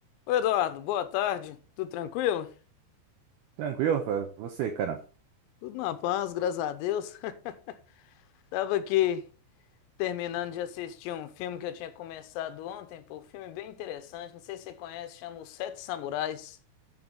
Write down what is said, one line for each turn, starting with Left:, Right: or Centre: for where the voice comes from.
Left: Oi, Eduardo, boa tarde. Tudo tranquilo?
Right: Tranquilo, Rafael. Você, cara.
Left: Tudo na paz, graças a Deus. <laughs> Tava aqui terminando de assistir um filme que eu tinha começado ontem, pô, um filme bem interessante, não sei se você conhece, chama Os Sete Samurais.